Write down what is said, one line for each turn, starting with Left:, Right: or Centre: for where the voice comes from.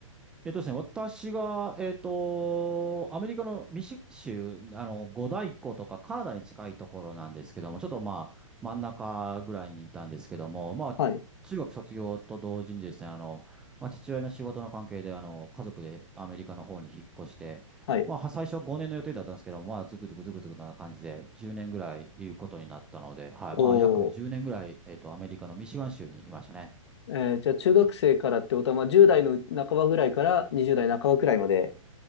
Centre: えっとですね、私が、えっと、アメリカのミシガン州、あの、五大湖とかカナダに近いところなんですけども、ちょっとまあ、真ん中ぐらいにいたんですけども、まあ、
Left: はい。
Centre: 中学卒業と同時にですね、あの、まあ、父親の仕事の関係で、あの、家族でアメリカの方に引っ越して、
Left: はい。
Centre: まあ、最初5年の予定だったんですけども、まあ、ずくずくずくずくな感じで、10年ぐらいいることになったので、はい。
Left: おお
Centre: まあ、約10年ぐらい、えっと、アメリカのミシガン州にいましたね。
Left: えーじゃあ中学生からってことは、まあ、10代の半ばぐらいから20代半ばくらいまで。